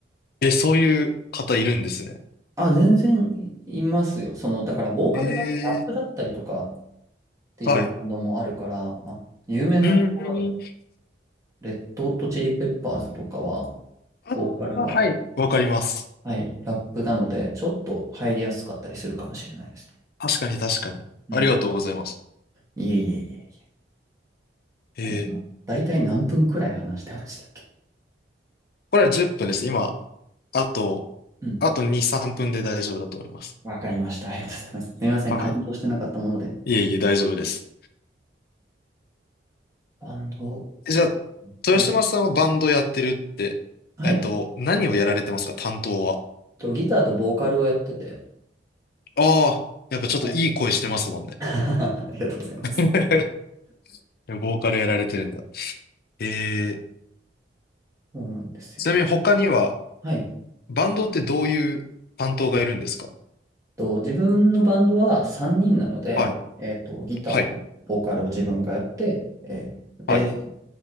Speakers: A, on the left; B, on the right.
A: え、そういう方いるんですね。
B: あ、全然い、いますよ。その、だから、ボーカルがラップだったりとかっ
A: ええ
B: ていうバンドもあるから、
A: はい。
B: まあ、有名なところだと、
A: うーん。
B: レッドホットチリペッパーズとかは、
A: ああ、
B: ボーカルが、
A: はい。わかります。
B: はい、ラップなので、ちょっと入りやすかったりするかもしれないですね。
A: 確かに確かに。
B: うん。
A: ありがとうございます。
B: いえいえいえいえ。
A: ええ
B: これ今、大体何分くらい話してましたっけ
A: これは10分です。今、あと、
B: うん。
A: あと2、3分で大丈夫だと思います。
B: わかりました。ありがとうございます。すみません。
A: はい。
B: 感動してなかったもので。
A: いえいえ、大丈夫です。
B: バンド、
A: えじゃあ、豊島さんはバンドやってるって、
B: はい。はい。
A: えっと、
B: えっ
A: 何をやられてますか担当は。
B: と、ギターとボーカルをやってて、
A: ああ、やっぱちょっといい声してますもんね。
B: はい。<laughs> ありがとうございます。
A: <laughs> ボーカルやられてるんだ。えー、
B: そうなんですよ。
A: ちなみに他には
B: はい。えっ
A: バンドってどういう担当がいるんですか
B: と、自分のバンドは3人なので、
A: はい、
B: えっと、ギターとボーカルを自分がやって、
A: はい、
B: えーベース、
A: はい、